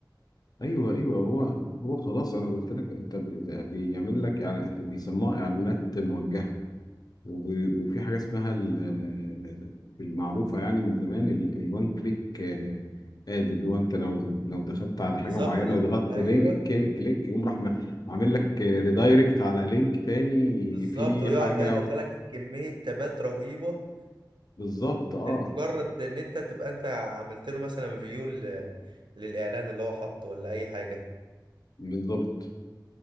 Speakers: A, on the left (about 55°); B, on the right (about 75°).
A: ايوه ايوه هو هو خلاص انا قلت لك انت بي- بيعمل لك إعلا- بيسموها اعلانات موجهه وب- وفي حاجة اسمها ال- المعروفة يعني من زمان الوان كليك اد اللي هو انت لو لو دخلت على
B: بالظبط
A: حاجة معينة
B: ال-
A: وضغطت
B: ايوه
A: لينك كليك يقوم راح م- عامل لك ريدايركت على لينك تاني
B: بالظبط
A: في
B: ويقعد
A: حاجة
B: بقى يدخلك في كميه تابات رهيبه
A: بالظبط اه
B: مجرد ان انت تبقى انت عملت له مثلا فيو للاعلان اللي هو حاطه ولا اي حاجه
A: بالظبط